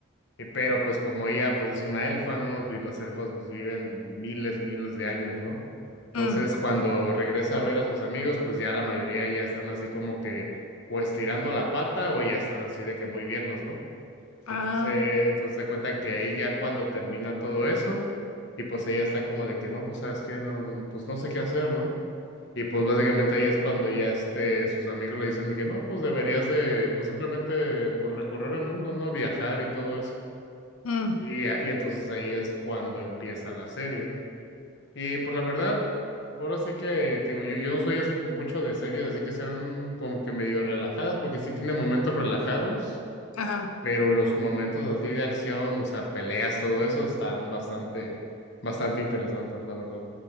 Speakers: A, on the left (about 55°); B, on the left (about 85°).
A: Y pero pues como ella pues es una elfa, ¿no? Y las elfas pues viven miles, miles de años, ¿no? Entonces
B: Mm.
A: cuando regresa a ver a sus amigos, pues ya la mayoría ya están así como que o estirando la pata o ya están así de que muy viejos, ¿no?
B: Ah,
A: Entonces, entonces se cuenta que ahí ya cuando termina todo eso, y pues ella está como de que no, pues sabes qué, no, no, pues no sé qué hacer, ¿no? Y pues básicamente ahí es cuando ya este, sus amigos le dicen de que no, pues deberías de, pues simplemente, pues recorrer el mundo, ¿no? Viajar y todo eso.
B: mm.
A: Y, y entonces ahí es cuando empieza la serie. Y pues la verdad, ahora sí que, te digo, yo, yo no soy así mucho de series, así que sean como que medio relajadas, porque sí tiene momentos relajados,
B: Ajá.
A: pero los momentos así de acción, o sea, peleas, todo eso, están bastante, bastante interesantes, la verdad.